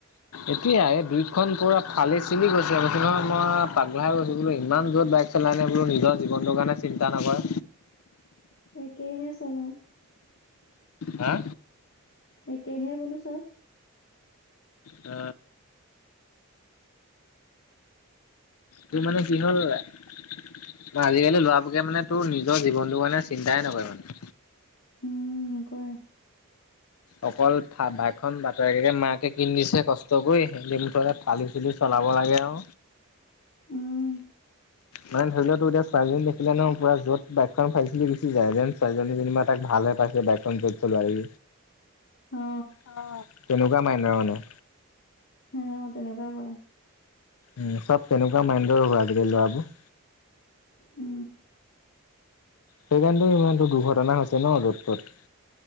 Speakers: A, on the left; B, on the left.
A: এতিয়াই এ দুইখন পুৰা ফালি-চিলি গৈছে কৈছোঁ নহয়, মই পাগলা হৈ গৈছোঁ বোলো ইমান জুৰত বাইক চলাই নে বোলো, নিজৰ জীৱনটোৰ কাৰণে চিন্তা নকৰে।
B: একেইহে চবে।
A: হা
B: একেহে বোলো চব
A: এ তোৰ মানে কি হ'ল আজিকালি লৰা বোকে মানে তোৰ নি নিজৰ জীৱনটো কাৰণে চিন্তাই নকৰে মানে
B: উম কোৱা
A: অকল বাইকখন বাপেকে মায়েকে কিনি দিছে কষ্ট কৰি সেতি মুঠতে ফালি চিলি চলাব লাগে আউ
B: উম
A: মানে ধৰি লোৱা তোৰ এতিয়া ছোৱালীজনী দেখিলে ন পুৰা যোৱত বাইকখন ফালিছিলি গুচি যায় যেন ছোৱালজনী যেনিবা তাক ভাল হে পাইছে যে বাইকখন কত চলাবি
B: অ
A: অ তেনেকুৱা মাইণ্ডৰ মানে
B: সেনে অ তেনেকুৱাই কৰে
A: উম চব তেনেকুৱা মাইণ্ডৰ হয় আজিকালি ল'ৰাবোৰ
B: উম
A: সেইকাৰণটো ইমানটো দুৰ্ঘটনা হৈছে ন য'ত ত'ত